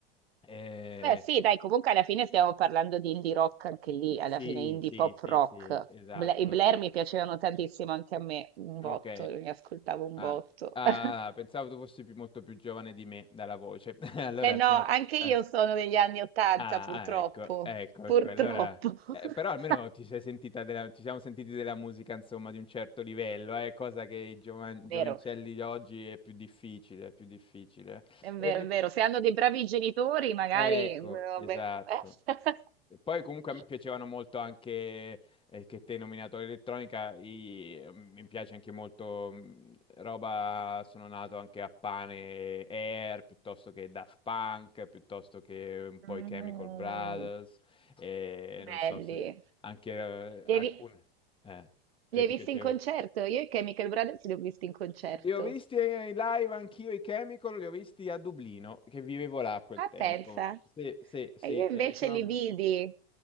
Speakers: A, on the left; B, on the right.
A: Eh,
B: Beh, sì, dai, comunque alla fine stiamo parlando di indie rock anche lì, alla
A: sì,
B: fine indie
A: sì,
B: pop
A: sì,
B: rock.
A: sì, esatto.
B: Bla- I Blair mi piacevano tantissimo anche a me, un botto,
A: Ok.
B: li ascoltavo un
A: Ah,
B: botto.
A: ah,
B: <laughs>
A: pensavo tu fossi più- molto più giovane di me dalla voce. <laughs> Allora,
B: Eh no,
A: insomma... te-
B: anche
A: eh.
B: io sono degli anni Ottanta,
A: Ah,
B: purtroppo.
A: ah, ecco, ecco,
B: Purtroppo.
A: ecco. Allora... eh, però almeno
B: <laughs>
A: ti sei sentita della- ci siamo sentiti della musica, insomma, di un certo livello, eh, cosa che i giovan- giovincelli
B: Vero,
A: di oggi è più difficile, è più difficile.
B: è vero,
A: E mi,
B: è vero. Se hanno dei bravi genitori, magari...
A: Ecco,
B: eh, Vabbè.
A: esatto.
B: <laughs>
A: E Poi comunque a me piacevano molto anche, eh, che te hai nominato l'elettronica, i- mm, mi piace anche molto mh, roba, sono nato anche a pane Air, piuttosto che Daft Punk, piuttosto che un po'
B: Mm,
A: i Chemical Brothers, e non
B: belli.
A: so se anche eh, alcune...
B: Li hai, vi-
A: Eh, te
B: li hai
A: ti
B: visti
A: piaceva?
B: in concerto? Io e Chemical Brothers li ho visti in concerto.
A: Li ho visti in live anch'io i Chemical, li ho visti a Dublino, che vivevo là a quel
B: Ah,
A: tempo.
B: pensa.
A: Sì, sì, sì,
B: E io
A: e
B: invece
A: mi sono...
B: li vidi